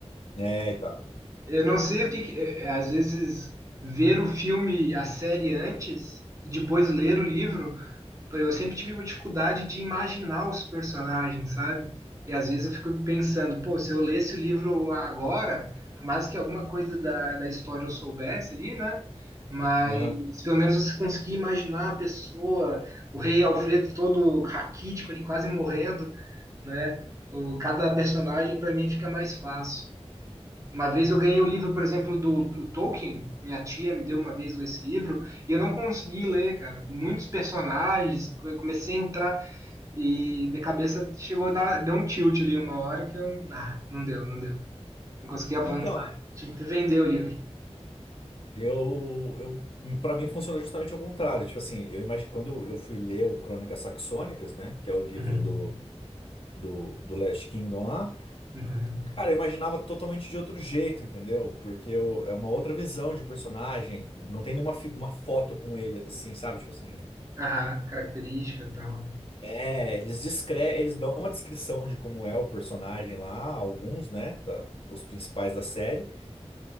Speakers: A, on the left (about 55°); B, on the right (about 30°).
A: É, e tá.
B: Eu não sei o que, que- eh, às vezes ver o filme, a série antes e depois ler o livro, eu sempre tive uma dificuldade de imaginar os personagens, sabe? E às vezes eu fico pensando, pô, se eu lesse o livro agora, por mais que alguma coisa da, da história eu soubesse ali, né? Mas
A: Aham.
B: pelo menos você conseguia imaginar a pessoa, o rei Alfredo todo raquítico ali, quase morrendo, né? O, cada personagem para mim fica mais fácil. Uma vez eu ganhei o livro, por exemplo, do, do Tolkien. Minha tia me deu uma vez esse livro e eu não consegui ler, cara. Muitos personagens, eu comecei a entrar e minha cabeça chegou a dar, deu um tilt ali uma hora que eu. Ah, não deu, não deu. Não consegui avançar.
A: Então,
B: Eu Tive que vender o livro.
A: Eu, eu, para mim funciona justamente ao contrário. Tipo assim, eu imagino quando eu fui ler o Crônicas Saxônicas, né, que é o livro
B: Uhum.
A: do, do, do Last Kingdom lá,
B: Uhum.
A: cara, eu imaginava totalmente de outro jeito, entendeu? Porque eu- é uma outra visão de personagem, não tem nenhuma fi- uma foto com ele assim, sabe? Tipo assim,
B: Aham, característica e tal.
A: é, eles descre eles dão uma descrição de como é o personagem lá, alguns, né, da- os principais da série.